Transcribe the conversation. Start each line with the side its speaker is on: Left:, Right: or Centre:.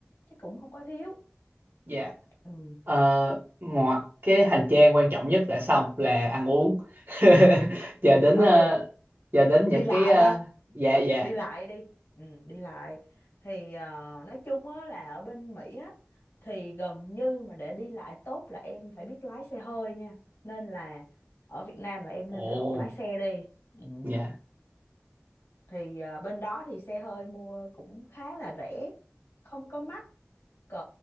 Left: chứ cũng không có thiếu
Right: dạ
Left: ừ,
Right: ờ, ngoài cái hành trang quan trọng nhất đã xong là ăn uống <laughs> giờ đến
Left: ừ
Right: ờ, giờ đến
Left: đi
Right: những
Left: lại
Right: cái ờ,
Left: ha
Right: dạ dạ
Left: đi lại đi ừ, đi lại thì ờ, nói chung á là ở bên Mỹ á thì gần như mà để đi lại tốt là em phải biết lái xe hơi nha nên là ở Việt Nam là em
Right: ồ
Left: nên học lái xe đi ừ
Right: Dạ,
Left: thì à, bên đó thì xe hơi mua cũng khá là rẻ không có mắc cỡ